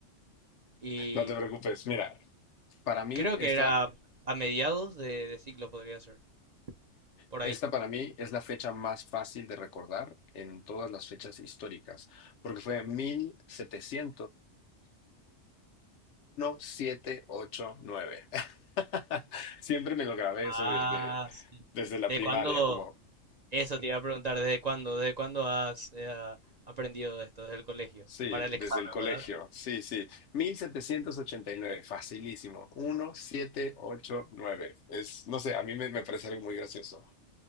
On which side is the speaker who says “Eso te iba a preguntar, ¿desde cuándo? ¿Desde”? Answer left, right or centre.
Right